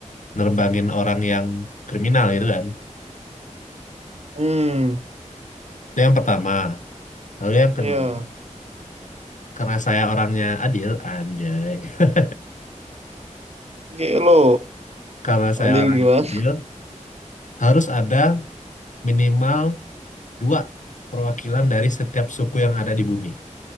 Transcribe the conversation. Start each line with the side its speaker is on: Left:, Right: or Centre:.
Left: nerbangin orang yang kriminal gitu kan.
Right: Hmm,
Left: Itu yang pertama. Lalu yang kedua,
Right: ya.
Left: karena saya orangnya adil, anjay. <laughs>
Right: Oke, lo
Left: Karena saya
Right: adil
Left: orangnya
Right: gimana?
Left: adil, harus ada minimal dua perwakilan dari setiap suku yang ada di bumi.